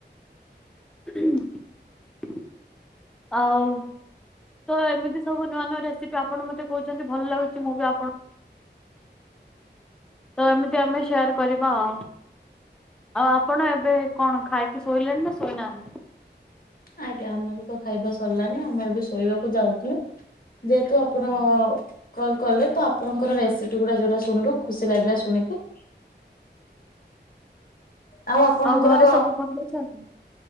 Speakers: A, in the centre; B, on the left.
A: ହୁଁ ହୁଁ ଆଉ। ତ ଏମିତି ସବୁ ନୂଆ ନୂଆ ରେସିପି ଆପଣ ମତେ କହୁଛନ୍ତି ଭଲ ଲାଗୁଛି ମୁଁ ବି ଆପଣ ତ ଏମିତି ଆମେ ସେୟାର କରିବା ଆଉ। ଆଉ ଆପଣ ଏବେ କଣ ଖାଇକି ଶୋଇଲେଣି ନା ଶୋଇନାହାନ୍ତି?
B: ଆଜ୍ଞା ଆମର ତ ଖାଇବା ସରିଲାଣି ଆମେ ଏବେ ଶୋଇବାକୁ ଯାଉଛୁ। ଯେହେତୁ ଆପଣ କଲ୍ କଲେ ତ ଆପଣଙ୍କର ରେସିପି ଗୁଡା ଯୋଉରା ଶୁଣିଲୁ ଖୁସି ଲାଗିଲା ଶୁଣିକି। ଆଉ ଆପଣଙ୍କର
A: ଘରେ ସବୁ ଭଲ ଅଛନ୍ତି?